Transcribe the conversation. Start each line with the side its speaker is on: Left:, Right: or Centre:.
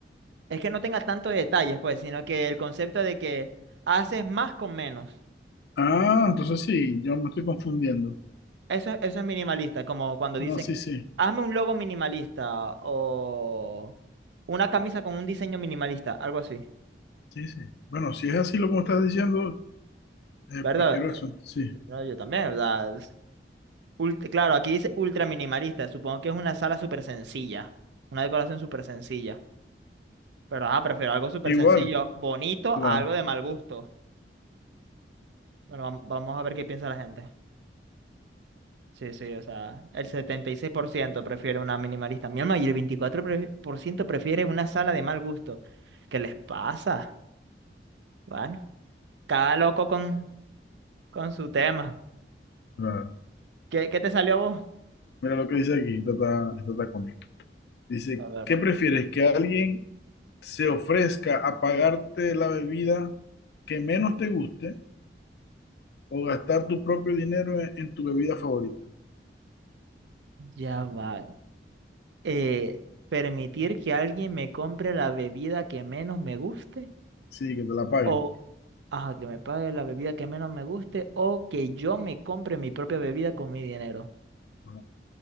Right: es que no tenga tanto detalles, pues, sino que el concepto de que haces más con menos.
Left: Ah, entonces sí, yo me estoy confundiendo.
Right: Eso, eso es minimalista, como cuando
Left: No,
Right: dicen,
Left: sí, sí.
Right: hazme un logo minimalista o una camisa con un diseño minimalista, algo así,
Left: Sí, sí. Bueno, si es así lo como estás diciendo, eh,
Right: ¿verdad?
Left: prefiero
Right: Eh,
Left: eso. Sí.
Right: No, yo también, ¿verdad? Ult- claro, aquí dice ultra minimalista. Supongo que es una sala súper sencilla. Una decoración súper sencilla. Pero ajá, prefiero algo súper
Left: Igual,
Right: sencillo, bonito,
Left: la,
Right: a algo de mal gusto. Bueno, vam- vamos a ver qué piensa la gente. Sí, sí, o sea, el 76% prefiere una minimalista. Mi alma, y el 24% prefiere una sala de mal gusto. ¿Qué les pasa? Bueno, cada loco con, con su tema.
Left: la-
Right: ¿Qué, qué te salió a vos?
Left: mira lo que dice aquí, esta está, esta está conmigo Dice,
Right: A ver.
Left: ¿qué prefieres? ¿Que alguien se ofrezca a pagarte la bebida que menos te guste o gastar tu propio dinero en, en tu bebida favorita?
Right: Ya va. eh, permitir que alguien me compre la bebida que menos me guste
Left: Sí, que te la pague.
Right: o
Left: pues.
Right: ajá, que me pague la bebida que menos me guste o que yo me compre mi propia bebida con mi dinero.
Left: Ajá.